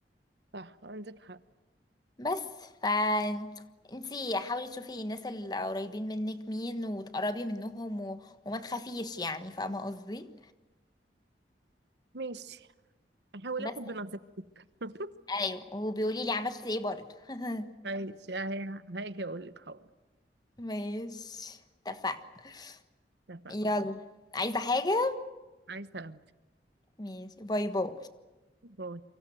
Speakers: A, on the right (about 75°); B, on the left (about 25°).
A: صح عندك حق
B: بس ف انتي حاولي تشوفي الناس اللي قريبين منك مين وتقربي منهم و... وما تخافيش يعني فاهمة قصدي
A: ماشي هحاول
B: بس
A: اخد بنصيحتك <laughs>
B: ايوه وبيقولي لي عملت ايه برضو <laughs>
A: ماشي هاجي اقول لك حاضر
B: ماشي اتفقنا
A: اتفقنا
B: يلا عايزة حاجة
A: عايز سلامتك
B: ماشي باي باي
A: باي